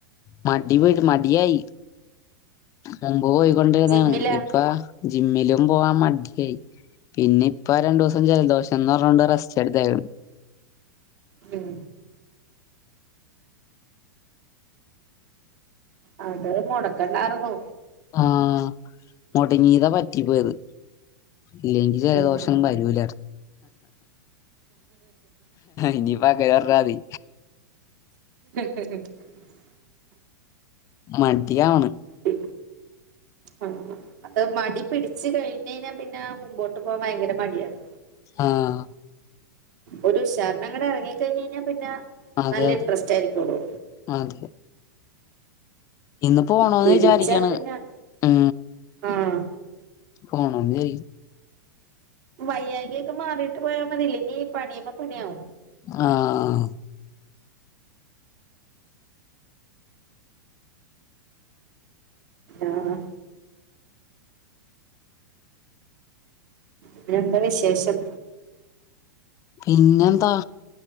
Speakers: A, on the left; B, on the right.
A: മടി പോട്ട് മടിയായി മുമ്പ് പോയിക്കൊണ്ടിരുന്നാണ്
B: ജിമ്മിലാ
A: ഇപ്പ ജിമ്മിലും പോവാൻ മടായി പിന്നെ ഇപ്പൊ രണ്ടു ദിവസം ജലദോഷംന്ന് പറഞ്ഞോണ്ട് റസ്റ്റ്ടുതായിരുന്നു
B: ഉം അത് മുടക്കണ്ടായിർന്നു
A: ആഹ മുട് നീതാ പറ്റി പോയത് ഇല്ലെങ്കിൽ ജലദോഷം
B: ഉം
A: വരൂല ഇനി പക്ക വരാതി
B: ഉ
A: മടിയവണ്
B: ഉ ആ അത് മടി പിടച്ച് കഴിഞ്ഞ കഴിഞ്ഞാൽ പിന്നെ മുമ്പോട്ട് പോകാൻ ഭയങ്കര മടിയാണ്
A: ആഹ
B: ഒരു ഉശാരണം അങ്ങടെ ഇറങ്ങ കഴിഞ്ഞഞ് കഴിഞ്ഞാൽ പിന്നെ
A: അതെ
B: നല്ല
A: അതെ
B: ഇൻട്രസ്റ്റ് ആയിരിക്കള്ളു
A: അതെ ഇന്ന് പോണോന്ന്
B: പിടിച്ചാ
A: വിചാരിക്ക്ണ്
B: പിന്നെ
A: ഉ
B: ആഹ്
A: പോണോന്ന്
B: വയ്യായ്കെക്കെ മാറീട്ട് പോയാ മതീലെ ഇഞ്ഞ് പണിയ്പ പണിയാവും
A: ആ ആ
B: ആഹ് പിന്നെന്താ വിശേഷം
A: പിന്നെന്താ